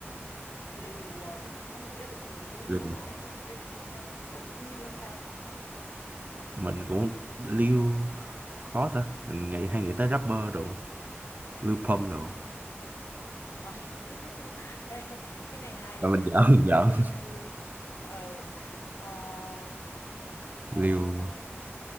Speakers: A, on the left (about 90°); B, on the right (about 40°).
A: liều à, chứ mình không nghĩ ra được từ liêu
B: liêu.
A: luôn á. Bạn có nghĩ ra được từ nào có chữ liêu không ta?
B: mình cũng liêu khó ta mình nghĩ hay nghĩ tới rapper đồ liêu pump đồ
A: Ờ. <laughs> Ê, cái này hay
B: và
A: nha.
B: mình giỡn, mình giỡn.
A: Liêu. Ừ. Ờ, ờ,
B: liêu